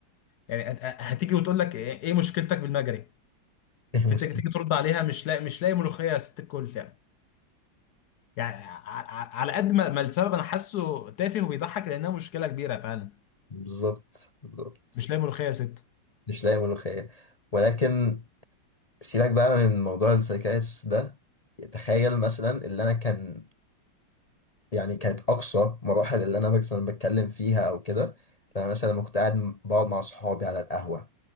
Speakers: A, on the left; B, on the left.
A: يعني هت- هتيجي وتقول لك ايه إيه مشكلتك بالمجري
B: إيه المشكلة
A: فانت تيجي ترد عليها مش لاقي مش لاقي ملوخيه يا ست الكل يعني يعني ع- ع- على قد ما ما السبب انا حاسه تافه وبيضحك لانها مشكله كبيره فعلا
B: بالظبط بالظبط
A: مش لاقي ملوخيه يا ست
B: مش لاقي ملوخية ولكن سيبك بقى من موضوع السايكاتريست ده تخيل مثلا اللي أنا كان يعني كانت أقصى مراحل اللي أنا مثلا بتكلم فيها أو كده أنا مثلا لما كنت قاعد بقعد مع صحابي على القهوة